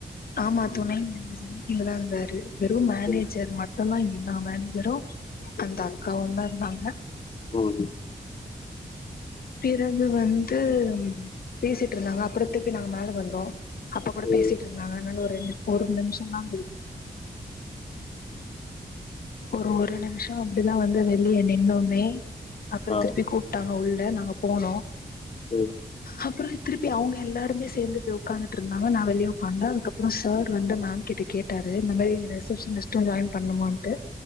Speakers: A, on the left; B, on the left.
A: ஆமா துணை மேனேஜரு கீழதா இருந்தாரு வெறு மேனேஜர்
B: ம்
A: மட்டுந்தா இங்க நா மேனேஜரூ அந்த அக்காவுந்தா இருந்தாங்க
B: உம் ம்
A: பிறகு வந்து பேசிட்டிருந்தாங்க அப்புற திருப்பி நாங்க மேல வந்தோ அப்ப கூட
B: ம்.
A: பேசிட்டுருந்தாங்க <unintelligible> ரெண்டு ஒரு நிம்ஷந்தா <unintelligible> ஒரு ஒரு நிம்ஷோ அப்டிதா வந்து வெளிய நின்னோமே அப்புற
B: ஆ.
A: திருப்பி கூப்ட்டாங் அ உள்ள நாங்க போனோ
B: உம்
A: அப்புற திருப்பி அவுங்க எல்லாருமே சேந்து போய் உக்காந்துட்டுருந்தாங்க நா வெளிய உக்காந்தே அதுக்கப்புற சார் வந்து மேம் கிட்ட கேட்டாரு இந்த மாரி ரிசெப்ஷனிஸ்டா ஜாயின் பண்ணணுமான்ட்டு